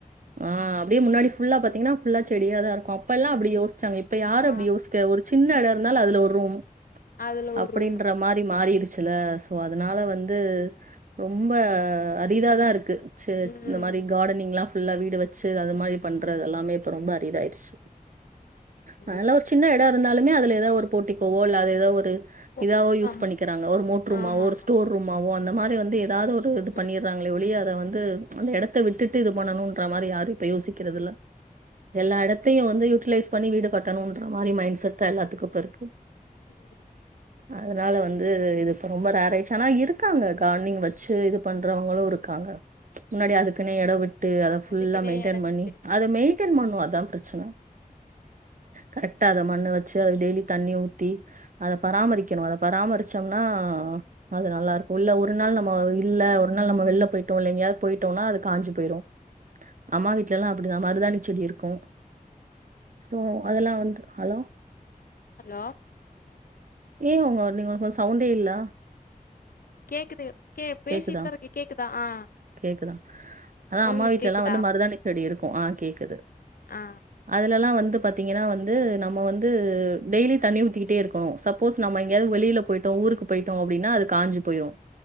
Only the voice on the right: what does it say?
ஆ அப்டியே முன்னாடி ஃபுல்லா பாத்தீங்கன்னா ஃபுல்லா செடியாதா இருக்கு அப்பல்லா அப்டி யோசிச்சாங்க இப்ப யாரு
அப்டி யோசி க ஒரு சின்ன எட இருந்தாலு அதுல ஒரு ரூம்
அப்டின்ற
மாரி மாறிருச்சுல சோ அதனால வந்து ரொம்ப அதிதா தா இருக்கு ச
இந்த மாரி கார்டன் நீங்கலா ஃபுல்லா வீடு வச்சு அது மாரி பண்றது எல்லாமே இப்ப ரொம்ப அரிதாயிருச்சு
அதனால ஒரு சின்ன எட இருந்தாலுமே அதுல எதோ ஒரு போட்டிக்கோவோ அல்ல அது எதோ ஒரு
இதாவோ யூஸ்
பண்ணிக்கிறாங்க ஒரு மோட் ரூம்மாவோ
ஒரு ஸ்டோர் ரூம்மாவோ அந்த மாரி வந்து தாது ஒரு இது
பண்ணிறாங்களே ஒழிய அர வந்து அந்த எடத்த விட்டுட்டு இது பண்ணணுன்ற மாரி யாரும் இப்ப யோசிக்கிறது இல்ல எல்லா எடத்தையு வந்து யூட்டிலைஸ் பண்ணி வீடு கட்டணுன்ற மாரி மைண் செட் தா எல்லாத்துக்கு இப்ப இருக்கு
அதுனால வந்து இது இப்ப ரொம்ப நேர் ஆயிச்சு ஆனா இருக்காங்க கார்னிங் வச்சு இது பண்றவங்களு இருக்காங்க முன்னாடி அதுக்குன்னே எட விட்டு அத ஃபுல்லா
மெயிடென்
பண்ணி
அத மெயிடேன் பண்ணு அதா ப்ரச்சன கரெக்டா அத மண்ண வச்சு அது டெய்லி தண்ணிய ஊத்தி அத பராமரிக்கணு அத பராமரிச்சோம்னா நல்ல அது நல்லாருக்கூ இல்ல ஒரு நாள் நம்ம இல்ல ஒரு நாள் நம்ம வெள்ல போயிட்டோ இல்ல எங்கயாது போயிட்டோனா அது காஞ்சி போய்ரூ அம்மா வீட்லலா அப்புடிதா மருதாணி செடி இருக்கூ சோ அதெல்லா வந்து ஹலோ
ஏ உங்க நீங்க உங்க சவுண்டே இல்ல
கேக்குதா
கேக்குதா அதா
அம்மா வீட்லலா
வந்து மருதாணி செடி இருக்கூ ஆ கேக்குது
கெல்லா வந்து பாத்தீங்கன்னா வந்து நம்ம வந்து டெய்லி தண்ணி ஊத்திக்கிட்டே இருக்கணு சப்போஸ் நம்ம எங்கயாது வெளியில போய்ட்டோ ஊருக்கு போயிட்டோ அப்டினா அது காஞ்சு போய்ரு